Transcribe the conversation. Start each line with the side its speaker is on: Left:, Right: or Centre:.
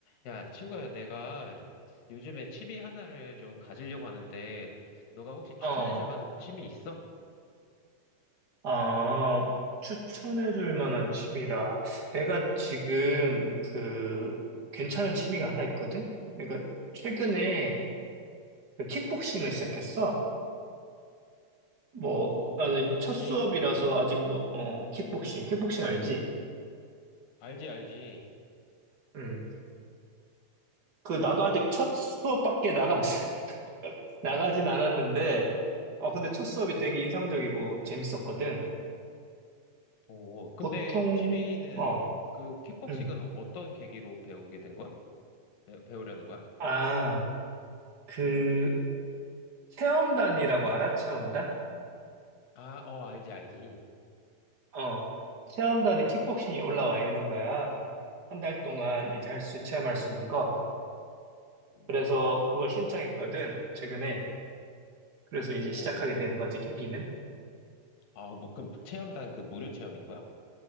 Left: 야, 친구야, 내가 요즘에 취미 하나를 좀 가지려고 하는데, 너가 혹시 추천해줄
Right: 어,
Left: 만한 취미 있어?
Right: 아, 추천해줄 만한 취미라. 내가 지금 그 괜찮은 취미가 하나 있거든? 내가 최근에 그 킥복싱을 시작했어. 뭐,
Left: 오,
Right: 나는
Left: 킥복싱.
Right: 첫 수업이라서 아직 뭐, 어, 킥복싱, 킥복싱 알지?
Left: 알지, 알지.
Right: 응. 그, 나도 아직 첫 수업밖에 나가, <laughs> 나가진 않았는데, 어, 근데 첫 수업이 되게 인상적이고 재밌었거든.
Left: 오, 근데
Right: 보통,
Left: 취미는,
Right: 어,
Left: 그, 킥복싱은
Right: 응.
Left: 어떤 계기로 배우게 된 거야? 배, 배우려는 거야?
Right: 아, 그, 체험단이라고 알아? 체험단?
Left: 아, 어, 알지, 알지.
Right: 어. 체험단에 킥복싱이 올라와 있는 거야. 한 달 동안 이제 할 수, 체험할 수 있는 거.
Left: 음,
Right: 그래서 그걸 신청했거든, 최근에. 그래서 이제
Left: 오,
Right: 시작하게 된 거지, 계기는.
Left: 아, 뭐, 그, 체험단 그 무료 체험인 거야?